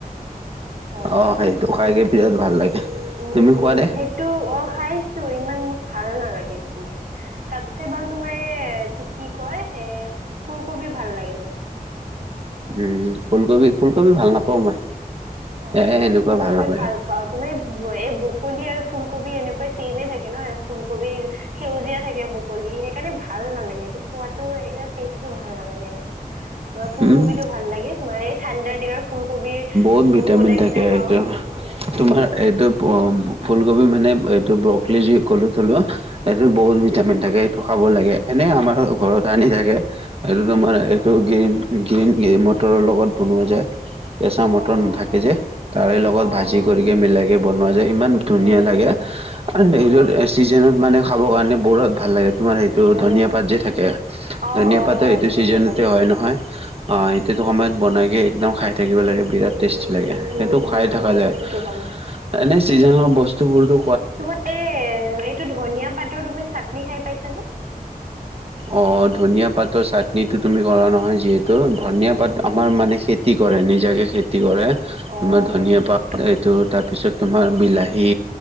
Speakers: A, on the right (about 65°); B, on the right (about 40°).
A: হয়
B: অ
A: হয়
B: সেইটো খাইকে বিৰাট ভাল লাগে।
A: উম
B: তুমি
A: উম
B: খোৱা নে?
A: সেইটো অ খাইছো ইমান মোক ভাল নালাগে সেইটো। তাতছে ভাল তোমাৰ এ কি কয় স ফুলকবি ভাল লাগে তোমাৰ।
B: উম ফুলকবি ফুলকবি ভাল নাপাওঁ মই।
A: অ
B: এ
A: মই
B: এনেকুৱা
A: ফুলকবি
B: নালাগে।
A: ভাল পাও তুমাৰ এই বকলি আৰু ফুলকবি এনেকুৱা ছেমে থাকে ন। নহয় ফুলকবি। সেউজীয়া থাকে বকলি সেইকাৰণে ভাল নালাগে এইটো খোৱাতো ইয়া টেষ্টটো ভাল নালাগে সেন। তোমাৰ ফুলকবিটো
B: উম,
A: ভাল লাগে তোমাৰ এই ঠাণ্ডাৰ দিনৰত ফুলকবিৰ।
B: কত
A: জোল
B: ভিটামিন
A: বনাই
B: থাকে
A: কিনে খাওঁ
B: এইটো তোমাৰ এইটো। ফুলকবি মানে এইটো ব্ৰকলি যি ক'লো থলো এইটোত বহুত
A: অ
B: ভিটামিন থাকে এইটো। লাগে এনে আমাৰ ঘৰত আনি থাকে এইটো তোমাৰ--।
A: অ
B: ত' গ্ৰীণ গ্ৰীণ মটৰৰ লগত বনোৱা যায়। কেঁচা মটৰ
A: অ অ
B: নাথাকে যে তাৰে লগত
A: অ
B: ভাজি
A: অ
B: কৰিক মিলাই কে বনোৱা। ইমান ধুনীয়া
A: উম
B: লাগে
A: উম
B: আৰু হেৰিত
A: অ
B: চিজনত মানে খাব কাৰণে বিৰাট ভাল লাগে। তোমাৰ সেইটো
A: উম
B: ধনিয়া পাত যে থাকে
A: অ',
B: ধনিয়া
A: অ',
B: পাতো
A: হয়
B: এইটো
A: ধনিয়া
B: ছিজন।
A: পাত দি
B: হয়
A: কিনে
B: নহয় অ এইটোতো
A: উম,
B: সময়ত বনাইকে একদম খাই থাকিব লাগে বিৰাট। টেষ্টি লাগে
A: উম,
B: সেইটো
A: উম,
B: খাই থকা
A: হয়
B: যায়
A: ঠিকে ক'লা।
B: এনেই চিজেন বস্তুবোৰতো।
A: তোমাৰ এই এইটো ধনিয়া পাতৰ তুমি চাটনি খাই পাইছানে।
B: অ ধনিয়া পাতৰ চাটনিটো তুমি কৰা নহয় যিহেতু। তো ধনিয়া
A: উম,
B: পাত আমাৰ মানে খেতি কৰে নিজাকে খেতি কৰে।
A: অ',
B: তোমাৰ ধনিয়া
A: হয় নেকি?
B: পাত এইটো তাৰপিছত তোমাৰ বিলাহী।